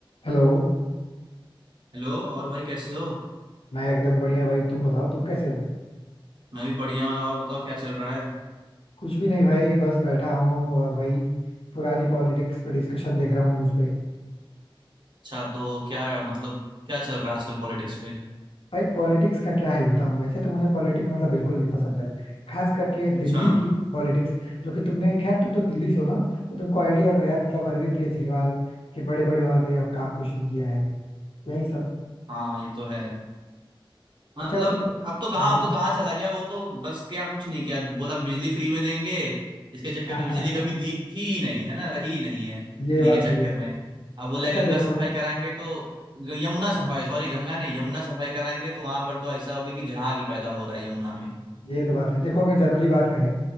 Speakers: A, on the left; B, on the right.
A: Hello
B: Hello और भाई कैसे हो
A: मैं एकदम बढ़िया भाई तुम बताओ तुम कैसे हो
B: मैं भी बढ़िया हूँ और बताओ क्या चल रहा है
A: कुछ भी नहीं भाई बस बैठा हूँ और भाई पुरानी पॉलिटिक्स पे डिस्कशन देख रहा हूँ न्यूज़ पे
B: अच्छा तो क्या मतलब क्या चल रहा है आजकल पॉलिटिक्स में
A: भाई पॉलिटिक्स का क्या ही बताऊँ वैसे तो मुझे पॉलिटिक्स मतलब बिल्कुल नहीं पसंद है खास करके
B: अच्छा
A: दिल्ली की पॉलिटिक्स जो कि तुमने खैर तुम तो दिल्ली से हो ना तो तुमको आइडिया होगा यार मतलब अरविंद केजरीवाल के बड़े बड़े वादे और काम कुछ नहीं किया है यही सब
B: हाँ ये तो है
A: अच्छा
B: मतलब
A: वैसे तुम
B: अब तो कहाँ
A: हाँ
B: अब तो कहाँ चला गया वो तो बस क्या कुछ नहीं किया बोला बिजली फ्री में देंगे इसके चक्कर
A: हाँ
B: में बिजली
A: हाँ
B: कभी
A: हाँ,
B: दी थी ही नहीं है ना रही ही नहीं है फ्री
A: ये बात
B: के चक्कर
A: भी है
B: में अब बोले
A: अच्छा
B: गंगा
A: देखो
B: सफाई कराएंगे तो ग- यमुना सफाई
A: हाँ,
B: सॉरी गंगा नहीं यमुना सफाई कराएंगे तो वहां पर तो ऐसा हो गया कि जहां की पैदा हो रहा है यमुना में
A: ये तो बात है देखो अगर जनरली बात करें